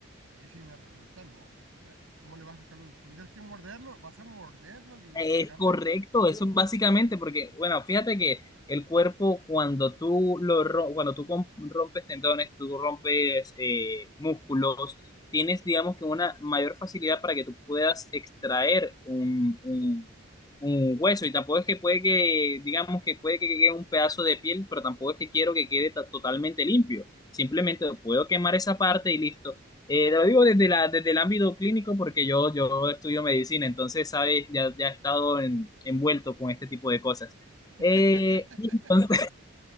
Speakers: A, on the right; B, on the left.
A: Y sin herramienta, no. O sea, ¿Cómo le vas a sacar los? Tendrías que morderlo, vas a morder los- la,
B: Es
A: la carne.
B: correcto, eso es básicamente porque, bueno, fíjate que el cuerpo cuando tú lo ro- cuando tú com- rompes tendones, tú rompes eh, músculos, tienes, digamos que una mayor facilidad para que tú puedas extraer un, un, un hueso y tampoco es que puede que, digamos que puede que quede un pedazo de piel, pero tampoco es que quiero que quede ta- totalmente limpio. Simplemente puedo quemar esa parte y listo. Eh, te lo digo desde la, desde el ámbito clínico porque yo, yo estudio medicina, entonces, sabes, ya, ya he estado en- envuelto con este tipo de cosas.
A: <laughs>
B: Eh, y entonces,